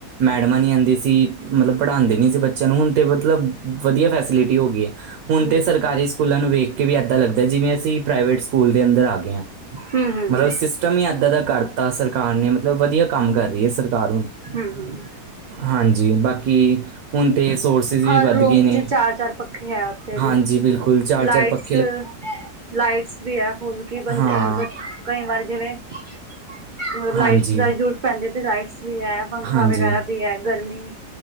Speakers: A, on the right (about 70°); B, on the right (about 50°).
A: ਮੈਡਮਾ ਨਈ ਆਦੀ ਸੀ ਮਤਲਬ ਪੜਾਂਦੇ ਨਈ ਸੀ ਬੱਚੇਆ ਨੂੰ ਹੁਨ ਤੇ ਮਤਲਬ ਵਧੀਆ ਫੈਸਿਲਿਟੀ ਹੋ ਗਈ ਐ। ਹੁਣ
B: ਹਮ
A: ਤੇ ਸਰਕਾਰੀ ਸਕੂਲਾ ਨੂੰ ਵੇਖ ਕੇ ਵੀ ਏਦਾ ਲੱਗਦਾ ਜਿਵੇ ਅਸੀ ਪ੍ਰਾਈਵੇਟ ਸਕੂਲ ਦੇ ਅੰਦਰ ਆ ਗਏ ਆ।
B: ਹੂੰ-ਹੂੰ,
A: ਮਤਲਬ ਸਿਸਟਮ ਹੀ ਏਦਾ ਦਾ ਕਰਤਾ ਸਰਕਾਰ ਨੇ ਮਤਲਬ ਵਧੀਆ ਕੰਮ ਕਰ ਰਈ ਏ ਸਰਕਾਰ ਹੁਨ।
B: ਹੂੰ ਹੂੰ।
A: ਹਾਜੀ, ਬਾਕੀ ਹੁਨ ਤੇ ਸੋਰਸਿਸ ਵੀ
B: ਹਰ
A: ਵਧ
B: ਰੂਮ
A: ਗਏ ਨੇ
B: ਚ ਚਾਰ-ਚਾਰ ਪੱਖੇ ਹੈ ਉੱਥੇ ਵੀ
A: ਹਾਜੀ, ਬਿਲਕੁਲ ਚਾਰ-ਚਾਰ
B: ਲਾਈਟਸ
A: ਪੱਕ
B: ਲਾਈਟਸ ਵੀ ਆ ਫੁੱਲ ਕੀ ਬੰਦ
A: ਹਾਂ
B: ਕਈ ਵਾਰ ਜਿਵੇ ਮਤਲਬ ਲਾਈਟਸ
A: ਹਾਂਜੀ
B: ਦਾ ਜਰੂਰਤ ਪੈਂਦੀ ਆ ਤੇ ਲਾਈਟਸ ਵੀ ਹੈ ਪੰਖਾ
A: ਹਾਂਜੀ
B: ਵਗੈਰਾ ਵੀ ਹੈ, ਗਰਮੀ